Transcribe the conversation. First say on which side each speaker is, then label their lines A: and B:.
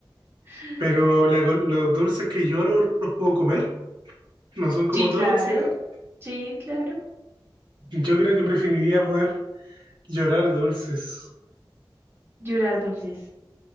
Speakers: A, on the right; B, on the right.
A: <laughs>
B: pero la co- los dulces que lloro los puedo comer, no son como
A: Sí, claro.
B: tóxicos.
A: Sí, claro.
B: Yo creo que preferiría poder llorar dulces.
A: Llorar dulces.